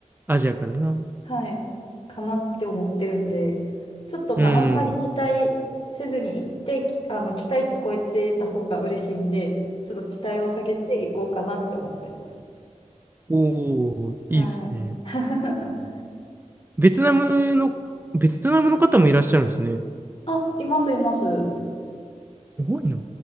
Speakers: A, on the right (about 15°); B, on the left (about 50°).
A: アジアからな。
B: はい、かなって思ってるんで、ちょっとまあ、
A: うん。
B: あんまり期待せずに行って、きあの、期待値超えてた方が嬉しいんで、ちょっと期待を下げていこうかなって思ってます。
A: おお、
B: はい。
A: いいですね。
B: <laughs>
A: ベトナムの、ベトナムの方もいらっしゃるんですね。
B: あ、います、います。
A: すごいな。